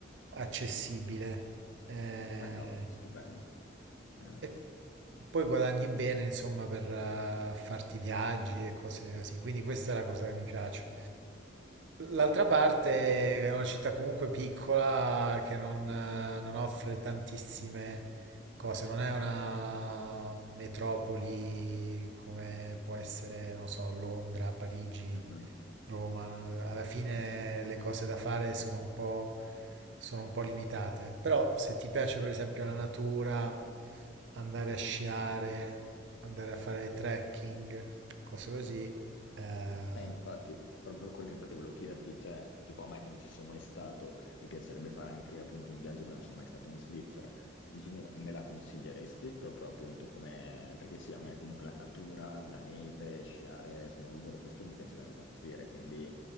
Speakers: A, on the right; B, on the left.
A: accessibile. Eh,
B: beh, cavolo, stupendo. Anzi,
A: e poi guadagni bene, insomma, per eh, farti viaggi e cose così. Quindi questa è la cosa che mi piace. L'altra parte
B: ci credo.
A: è una città comunque piccola che non, eh, non offre tantissime cose, non è una metropoli come può essere, non so, Londra, Parigi,
B: Mhm.
A: Roma. Alla fine le cose da fare sono un po', sono un po' limitate, però se ti piace per esempio la natura, andare a sciare, andare a fare trekking, cose così, eh,
B: Eh, infatti, proprio quello infatti volevo chiederti, cioè, tipo a me che non ci sono mai stato, mi piacerebbe fare anche appunto un viaggio che non sono mai stato in Svizzera. Ginevra, me la consiglieresti? Proprio appunto come, perché sì, a me comunque la natura, la neve, sciare, snowboard, questo mi piace da impazzire, quindi